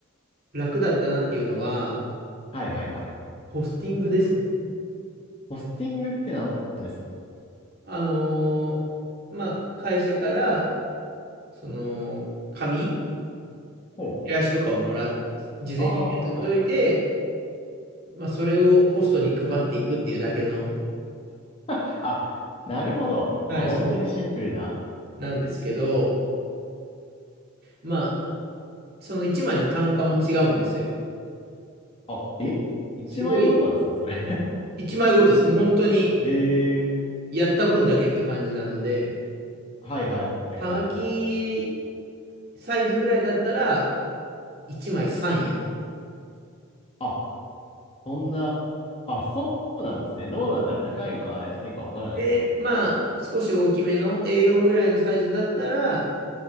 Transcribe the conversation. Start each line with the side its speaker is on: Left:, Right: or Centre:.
Right: 楽だったなっていうのは、
Left: はいはいはい。
Right: ホスティングですね。
Left: ポスティングって何ですか
Right: あのーまあ、会社から、その、紙、
Left: ほう。
Right: チラシとかをもらっ、事前に受け取っておいて、
Left: ああ、はいはい。
Right: まあ、それをポストに配っていくっていうだけの、
Left: <laughs> あ、なるほど。
Right: はい、
Left: まあ、本当にシンプルな。
Right: 仕事なんですけど、まあ、その1枚の単価も違うんですよ。
Left: あ、え一枚ごとなんですか、
Right: すごい、
Left: それ。
Right: 1枚ごとです。もう本当に、
Left: <laughs> ええ
Right: やった分だけって感じなので、
Left: はいはいはいはい。
Right: はがきサイズぐらいだったら、1枚3円。
Left: あ、そんな、あ、そうなんですね。どうなんだろう。高いのか安いのかわからないな。
Right: で、まあ、少し大きめの A4 ぐらいのサイズだったら、